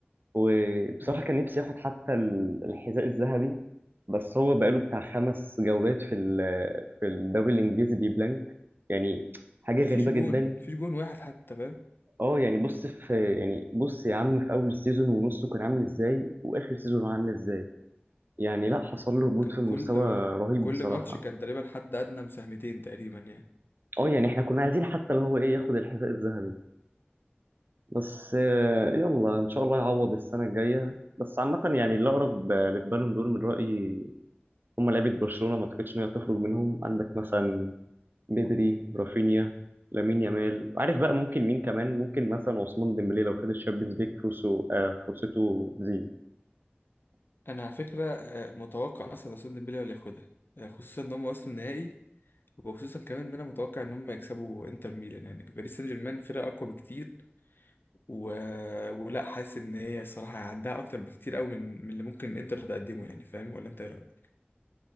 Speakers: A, on the right; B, on the left.
A: وبصراحة
B: مم.
A: كان نفسي ياخد حتى ال- الحذاء الذهبي بس هو بقاله بتاع خمس جولات في ال- في الدوري الإنجليزي بيبلانك يعني حاجة
B: مفيش
A: غريبة
B: جون
A: جدا
B: مفيش جون واحد حتى فاهم
A: اه يعني بص في يعني بص يا عم في اول السيزون ونصه كان عامل ازاي واخر سيزون هو عامل ازاي يعني لا حصل له هبوط
B: كان
A: في مستوى
B: كل
A: رهيب
B: كل
A: بصراحه
B: ماتش كان تقريبا حد أدنى مساهمتين تقريبا يعني
A: اه يعني احنا كنا عايزين حتى اللي هو ايه ياخد الحذاء الذهبي بس آه، يلا ان شاء الله يعوض السنه الجايه بس عامه يعني اللي اقرب آه، للبالون دور من رايي هم لعيبه برشلونه ما اعتقدش ان هي تخرج منهم عندك مثلا بدري رافينيا لامين يامال عارف بقى ممكن مين كمان ممكن مثلا عثمان ديمبلي لو خد الشامبيونز ليج فرصه آه فرصته تزيد
B: انا على فكره آه، متوقع اصلا عثمان ديمبلي هو اللي ياخدها آه، خصوصا ان هم وصلوا النهائي وخصوصا كمان ان انا متوقع ان هم يكسبوا انتر ميلان يعني باريس سان جيرمان فرقه اقوى بكتير و... ولا حاسس ان هي الصراحه عندها اكتر بكتير قوي من من اللي ممكن انتر تقدمه يعني فاهم ولا انت ايه رايك